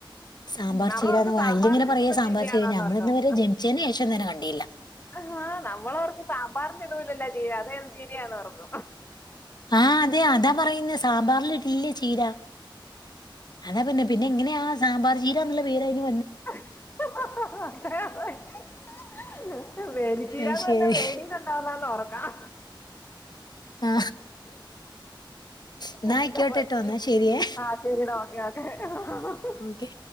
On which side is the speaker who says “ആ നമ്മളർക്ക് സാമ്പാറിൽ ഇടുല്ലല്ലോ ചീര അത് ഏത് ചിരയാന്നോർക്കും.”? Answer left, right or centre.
Left